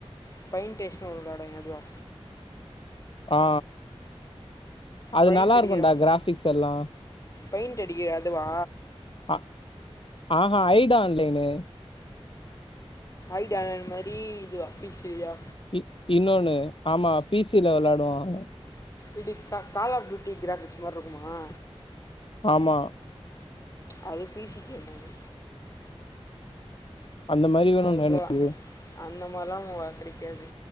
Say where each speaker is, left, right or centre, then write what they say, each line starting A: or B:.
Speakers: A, on the left; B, on the left.
A: ஃபைன் டேஷ்ட் ஒன்னு விளாடுவாங்க அதுவா
B: ஆ அது
A: பெயிண்ட்
B: நல்லா
A: அடிக்கிற
B: இருக்குன்டா கிராபிக்ஸ் எல்லா
A: பெயிண்ட் அடிக்கிற அதுவா
B: ஆ ஆஹா ஐடா ஆன்லைனு
A: ஐடா இது மாரி இதுவா பி சி யுயா
B: இ இன்னொன்னு ஆமா பி சில விளாடுவாங்க
A: இடி கா கால் ஆஃப் பீயூட்டி கிராபிகஸ் மார் இருக்குமா
B: ஆமா
A: அது பி சி ஹேமா இது
B: அந்த மாரி வேணுன்டா
A: அதுதான்
B: எனக்கு
A: அந்த மாரிலா வ கெடைக்காது